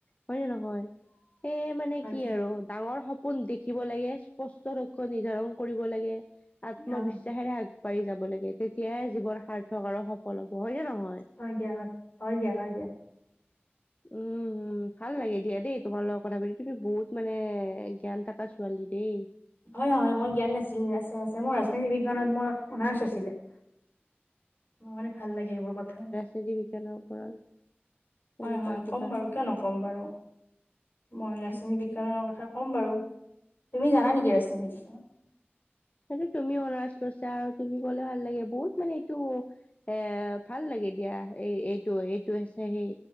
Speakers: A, on the left (about 35°); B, on the left (about 50°).
A: হয় নে নহয়? সেয়ে মানে
B: হয়।
A: কি আৰু ডাঙৰ সপোন দেখিব লাগে স্পষ্ট লক্ষ্য নিৰ্ধাৰণ কৰিব লাগে
B: অ
A: আত্মবিশ্বাসেৰে আ পাৰি যাব লাগে তেতিয়াহে জীৱন সাৰ্থক আৰু সফল হ'ব হয় নে নহয়।
B: হয় দিয়া হয়, হয়, দিয়া হয় দিয়া।
A: উম। উম, ভাল লাগে দিয়া দেই তোমাৰ লগত কথা পাতি তুমি বহুত মানে জ্ঞান থকা ছোৱালী দেই।
B: হয়, হয়, হয়, মই জ্ঞান নাছিল আছে, আছে মোৰ ৰাজনৈতি বিজ্ঞানত মোৰ অনাৰ্চ আছিলে। মানে ভাল লাগে এইবোৰ কথা
A: <unintelligible> জতি বিজ্ঞানৰ ওপৰত। তেনেকুৱা
B: হয়, হয়,
A: কিবা
B: ক'ম বাৰু কিয় নক'ম বাৰু মই ৰাজনীতি
A: উম
B: বিজ্ঞানৰ কথা ক'ম বাৰু তুমি জানা নেকি ৰাজ
A: মে তুমি অনাৰ্চ লৈছা আৰু তুমি কলে ভাল লাগে বহুত মানে এইটো এ, ভাল লাগে দিয়া এই এইটো, এইটো হৈছে সেই